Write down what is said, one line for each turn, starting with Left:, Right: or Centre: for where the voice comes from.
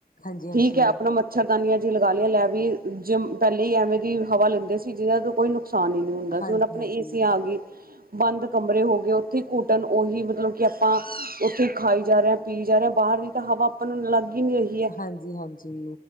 Left: ਹਾਂਜੀ
Right: ਠੀਕ ਹੈ ਆਪਣਾ ਮ ਮੱਛਰਦਾਨੀਆਂ ਜਿਹੀ ਲਗਾ ਲਈਆਂ ਲੈ ਵੀ ਜ ਪਹਿਲੇਾਂ ਹੀ ਐਵੇਂ ਦੀ ਹਵਾ ਲੈਂਦੇ ਸੀ ਜਿਹਨਾਂ ਤੋਂ ਕੋਈ ਨੁਕਸ ਨਸਾਨ ਹੀ ਨਹੀਂ ਹੁੰਦਾ ਸੀ
Left: ਹਾਂਜੀ
Right: ਹੁਣ ਆਪਣੇ
Left: ਹਾਂਜੀ
Right: ਏ ਸੀ ਆ ਗਏ ਬੰਦ ਕਮਰੇ ਹੋ ਗਏ ਉੱਥੇ ਘੂਟਣ ਉਹੀ ਮਤਲਬ ਕਿ ਆਪਾਂ ਉੱਥੇ ਹੀ ਖਾਈ ਜਾ ਰਹੇ ਹਾਂ ਪੀ ਜਾ ਰਹੇ ਹਾਂ ਬਾਹਰ ਦੀ ਤਾਂ ਹਵਾ ਆਪਾਂ ਨੂੰ ਲੱਗ ਹੀ ਨੀ ਰਹੀ ਹੈ
Left: ਹਾਂਜੀ-ਹਾਂਜੀ